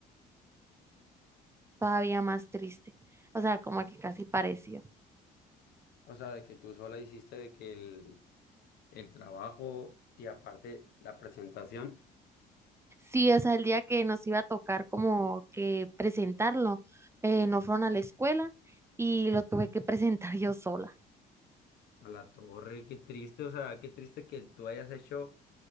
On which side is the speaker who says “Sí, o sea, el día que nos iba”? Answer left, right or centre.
Right